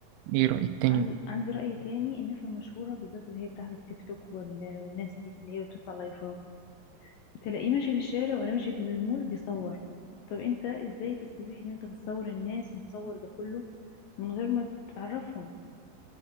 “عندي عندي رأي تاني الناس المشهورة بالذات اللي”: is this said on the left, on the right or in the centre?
Left